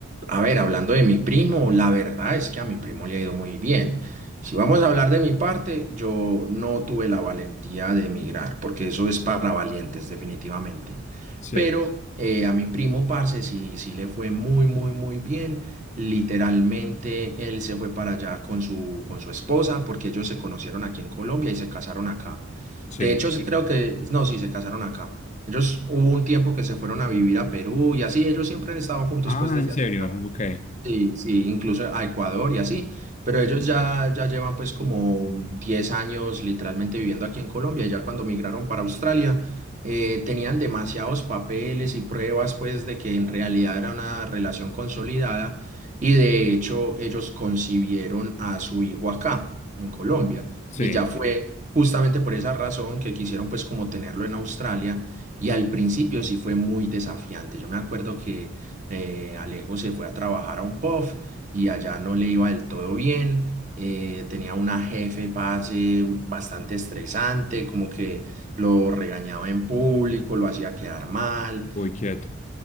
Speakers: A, on the right; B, on the left.
A: a ver, hablando de mi primo, la verdad es que a mi primo le ha ido muy bien. Si vamos a hablar de mi parte, yo no tuve la valentía de emigrar, porque eso es para valientes, definitivamente.
B: Sí,
A: Pero eh, a mi primo, parce, sí, sí le fue muy, muy, muy bien. Literalmente, él se fue para allá con su, con su esposa, porque ellos se conocieron aquí en Colombia y se casaron acá.
B: sí.
A: De hecho, sí creo que, no, sí, se casaron acá. Ellos hubo un tiempo que se fueron a vivir a Perú y así, ellos siempre han estado juntos
B: Ah,
A: pues desde
B: ¿en serio?
A: hace ya
B: Ok.
A: Sí, sí, incluso a Ecuador y así, pero ellos ya, ya llevan pues como 10 años literalmente viviendo aquí en Colombia y ya cuando migraron para Australia eh, tenían demasiados papeles y pruebas pues de que en realidad era una relación consolidada y de hecho ellos concibieron a su hijo acá en Colombia
B: Sí.
A: y ya fue justamente por esa razón que quisieron pues como tenerlo en Australia y al principio sí fue muy desafiante. Yo me acuerdo que eh, Alejo se fue a trabajar a un pub y allá no le iba del todo bien. eh, tenía una jefe, parce, bastante estresante, como que lo regañaba en público, lo hacía quedar mal.
B: Muy quieto.